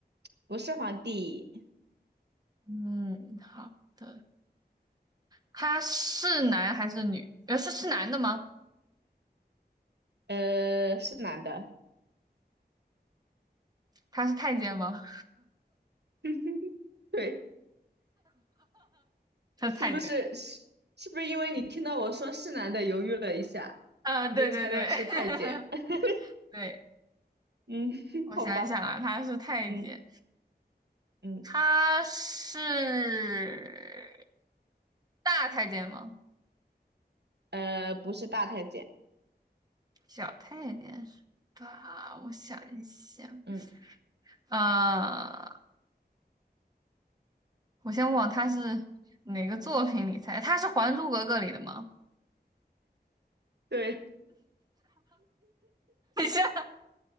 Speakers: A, on the right; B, on the right.
A: 不是皇帝，
B: 嗯，好。的。他是男还是女？呃，是是男的吗？
A: 呃，是男的，
B: 他是太监吗？
A: <laughs> 对。
B: <laughs> 他是太监
A: 是不是是是不是因为你听到我说是男的，犹豫了一下，
B: 啊，对对对，
A: 你就猜到是太监？
B: <laughs>
A: <laughs>
B: 对，
A: 嗯，<laughs>
B: 我想一想啊，
A: 好吧，
B: 他是太监，
A: 嗯嗯，
B: 他是大太监吗？
A: 呃，不是大太监，
B: 小太监是吧？我想一想，
A: 嗯，
B: 啊，我先问他是哪个作品里猜？他是《还珠格格》里的吗？<laughs>
A: 对，
B: 等一下，因